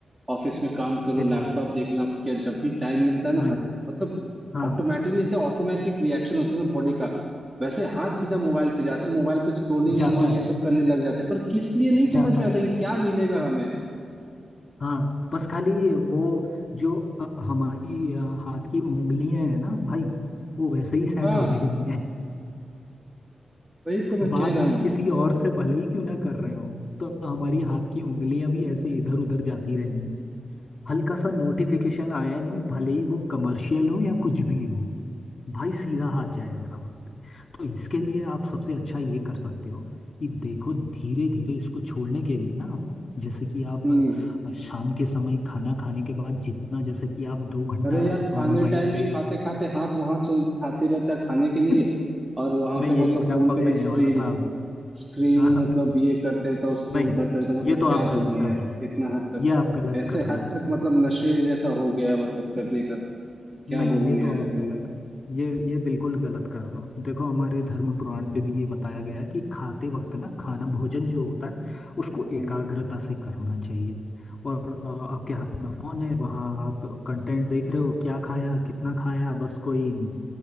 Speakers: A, on the right (about 20°); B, on the left (about 45°).
A: ऑफिस में काम करो
B: बिल्कुल
A: लैपटॉप देखना या जब भी टाइम मिलता है ना
B: नहीं
A: हट मतलब
B: हाँ
A: ऑटोमेटिकली से ऑटोमेटिक रिएक्शन होता है ना बॉडी का वैसे हाथ सीधा मोबाइल पे जाता है मोबाइल पे स्क्रोलिंग
B: जाता
A: एंड ऑल
B: है
A: ये सब करने लग जाते हैं पर किस लिए नहीं
B: जाता
A: समझ में
B: है
A: आता कि क्या मिलेगा हमें
B: हाँ बस खाली वो जो अ, हमारी अ, हाथ की उंगलियां हैं ना भाई वो वैसे ही सेट
A: हाँ
B: हो गई
A: वही तो मैं
B: बात
A: कह रहा
B: हम
A: हूँ
B: किसी और से भले ही क्यों ना कर रहे हो तो हमारी हाथ की उंगलियां भी ऐसे इधर उधर जाती रहेंगी हल्का सा नोटिफिकेशन आया नहीं भले ही वो कमर्शियल हो या कुछ भी हो भाई सीधा हाथ जाएगा तो इसके लिए आप सबसे अच्छा ये कर सकते हो कि देखो धीरे धीरे इसको छोड़ने के लिए ना आप जैसे कि आप
A: हम्म
B: अ, शाम के समय खाना खाने के बाद जितना जैसे कि आप दो घंटा
A: अरे यार खाने
B: मोबाइल
A: टाइम भी
B: पे
A: खाते खाते हाथ वहां चल खाते रहता है खाने के
B: <laughs>
A: लिए और वहां
B: मैं
A: पे
B: यही
A: मतलब
B: एग्जांपल
A: फोन पे
B: देने
A: स्क्रीन
B: वाला था अभी
A: स्क्रीन
B: <laughs>
A: मतलब ये करते रहता हूँ स्क्रोल
B: नहीं
A: करते रहता हूँ मतलब
B: ये तो
A: क्या
B: आप गलत
A: बोलूं
B: कर
A: यार
B: रहे हो
A: इतना हद तक
B: ये आप गलत
A: ऐसे
B: कर रहे
A: हद
B: हो
A: तक मतलब नशे जैसा हो गया है, मतलब करने का क्या
B: नहीं
A: बोलूं
B: ये
A: यार
B: तो
A: तुम्हें
B: आप गलत ये ये बिल्कुल गलत कर रहे हो देखो हमारे धर्म पुराण पे भी ये बताया गया है कि खाते वक्त ना खाना भोजन जो होता है उसको
A: हम्म
B: एकाग्रता से करना चाहिए और अ, आपके हाथ में फोन है वहाँ आप कंटेंट देख रहे हो क्या खाया कितना खाया बस कोई नहीं